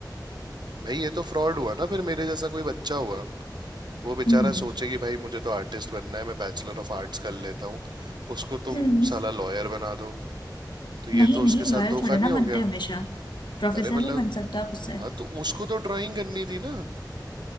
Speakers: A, on the right; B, on the left.
A: भाई ये तो फ्रॉड हुआ ना फिर मेरे जैसा कोई बच्चा हुआ वो बेचारा
B: हम्म
A: सोचे कि भाई मुझे तो आर्टिस्ट बनना है मैं बैचलर ऑफ आर्ट्स कर लेता हूँ उसको तुम
B: हम्म
A: साला लॉयर बना दो तो
B: नहीं
A: ये तो उसके
B: नहीं लॉयर
A: साथ धोखा
B: थोड़े ना
A: नहीं
B: बनते
A: हो गया
B: हैं हमेशा प्रोफेसर
A: अरे मतलब
B: भी बन सकता है आप उससे
A: हाँ तो उसको तो ड्राइंग करनी
B: <laughs>
A: थी ना